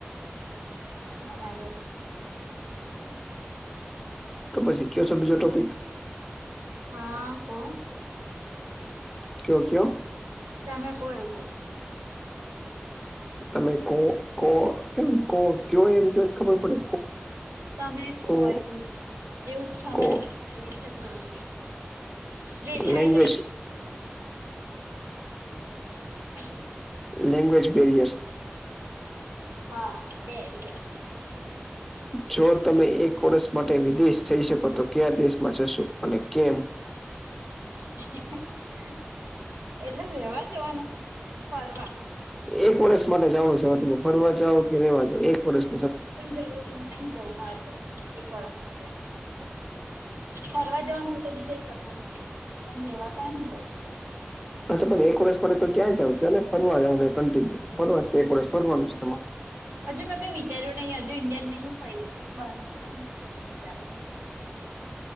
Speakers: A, on the right; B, in the centre.
A: બરાબર.
B: તો પછી <unintelligible> બીજો <unintelligible>
A: હા આપો.
B: કેવો ગયો
A: તમે બોય બોય
B: તમે કો કો એમ કો કયો એમ કય ખબર પડે
A: તમે
B: કો... <inaudible>
A: એવું જ. એવું જ થવાનું
B: કો
A: એવી રીતે <unintelligible> જે થાય
B: લેંગ્વેજ
A: <unintelligible>
B: લેંગ્વેજ કઈ હશે
A: હા <unintelligible> <unintelligible>
B: જો તમે એક વર્ષ માટે વિદેશ જઈ શકો તો ક્યા દેશમાં જશો અને કેમ?
A: <inaudible> એટલે રેવા જવાનું, ફરવા?
B: એક વર્ષ માટે જવાનું છે હવે તમે ફરવા જાવ, કે રેવા જાાવ, એક વર્ષ.
A: પણ જ નહિ જવું મળત, એક વર્ષ માટે ફરવા જવાનું હોય તો બી જઈ શકું, પણ લેવા તો નહી જવું.
B: અચછા પણ એક વર્ષ પે તો ક્યાં જાવજ અને ફરવા જાવ ને કન્ટિન્યુ ફરવા, એક વર્ષ ફરવાનું છે તમારે.
A: હજુ મેં કઈ વિચાર્યું નહી હજુ ઈન્ડિયા જ નહી પડ તો પછી બાર તો મે પછી વિચાર્યું. <inaudible>
B: <inaudible>